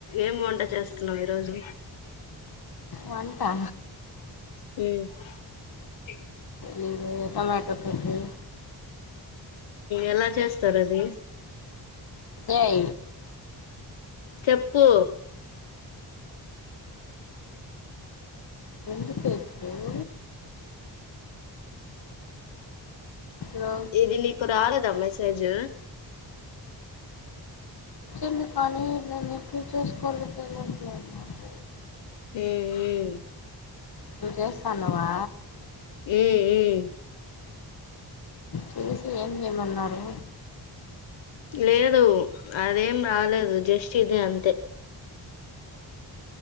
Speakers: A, on the left; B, on the left.
A: ఏమెఅం ఎలా చేస్తున్నాం ఈ రోజు
B: వంటా
A: హ్మ్ ఇ
B: లేవే రేపో మాపో పెళ్లి
A: ఎలా చేస్ స్తరది
B: ఏ ఐ
A: చెప్పు
B: ఎందుకే ఇప్పుడు లో
A: ఇది నీకు రాలేదా మెసేజ్
B: వచ్చింది కానీ నేను ఎప్పుడు చూసుకోలో తెలీట్లేదు నాకు
A: ఏ ఏ
B: నువ్ చేస్తానవా
A: ఏ ఏ
B: చేసి ఏం చేయమన్నారు
A: లేదు అదేం రాలేదు జస్ట్ ఇది అంతే